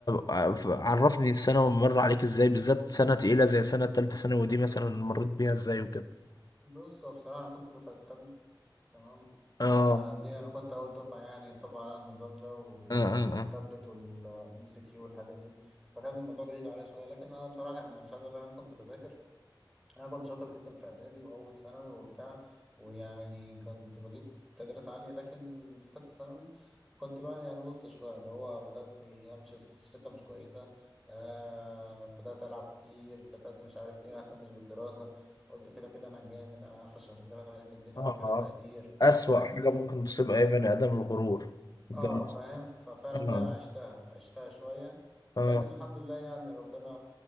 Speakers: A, on the left; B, in the centre.
A: طب عرفني السنة مر عليك ازاي بالذات سنة تقيلة زي سنة تالتة ثانوي دي مثلا مريت بيها ازاي وكده
B: بص هو بصراحة أنا كنت دفعة التابلت تمام
A: اه
B: فدي أنا كنت أول دفعة يعني طبعا على النظام ده و...
A: اه اه
B: والتابلت
A: اه
B: والإم سي كيو والحاجات دي فكان الموضوع بعيد عليا شوية لكن أنا بصراحة أنا مش عايز أقول لك أنا كنت بذاكر انا كنت شاطر جدا في اعدادي واول ثانوي وبتاع ويعني كنت بجيب تقديرات عاليه لكن في ثالثه ثانوي كنت بقى يعني بص شويه اللي هو بدات امشي في سكه مش كويسه آه بدات العب كتير بدات مش عارف ايه ما اهتمش بالدراسه قلت كده كده انا جامد انا اخر شهرين ثلاثه علم الدنيا
A: اه
B: اروح اجيب
A: آه.
B: تقدير
A: أسوأ
B: فاهم
A: حاجة ممكن تصيب أي بني آدم الغرور الدنيا
B: اه فاهم ففعلا دي
A: اه
B: انا عشتها عشتها شوية
A: اه
B: لكن الحمد لله يعني ربنا